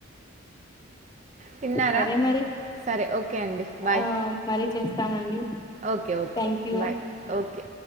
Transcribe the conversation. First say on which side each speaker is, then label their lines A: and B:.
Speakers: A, on the right; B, on the left.
A: తిన్నారా?
B: సరే మరి
A: సరే ఓకే అండి. బాయ్.
B: ఆ మరీ చేస్తానండి
A: okay okay
B: thank you
A: bye okay